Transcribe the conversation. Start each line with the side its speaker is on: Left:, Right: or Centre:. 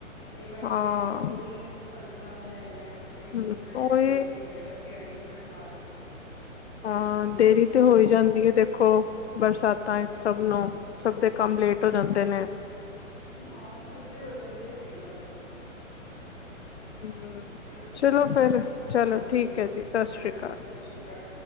Centre: ਕਈ ਵਾਰੀ
Left: ਹਾਂ
Centre: ਬਈ ਓ ਟੋ ਵੀ ਫਸ ਜਾਂਦਾ ਹੈਗਾ ਬਈ ਚਿੰਤਾ
Left: ਹਮ
Centre: ਰਹਿੰਦੀ
Left: ਉਹੀ
Centre: ਹੈਗੀ ਹੱਲੇ ਬੱਚੇ ਆਏ ਨੀ ਬਰਸਾਤ ਵਿੱਚ
Left: ਹਾਂ ਹਾਂ, ਦੇਰੀ ਤੇ ਹੋਈ ਜਾਂਦੀ ਏ ਦੇਖੋ। ਬਰਸਾਤਾਂ ਸਭ ਨੂੰ ਸਭ ਦੇ ਕੰਮ ਲੇਟ ਹੋ ਜਾਂਦੇ ਨੇ
Centre: ਹਾਂ ਸਭ ਦੇ ਹੋ ਜਾਂਦੇ ਸਹੀ ਗੱਲ ਹੈਗੀ।
Left: ਹਮ
Centre: ਠੀਕ
Left: ਚਲੋ
Centre: ਹੈ ਸਤਿ
Left: ਫਿਰ
Centre: ਸ਼੍ਰੀ
Left: ਚਲੋ
Centre: ਹਾਂਜੀ
Left: ਠੀਕ ਹੈ ਜੀ ਸਤਿ
Centre: ਹਾਂਜੀ
Left: ਸ਼੍ਰੀ ਅਕਾਲ
Centre: ਸਤਿ ਸ਼੍ਰੀ ਅਕਾਲ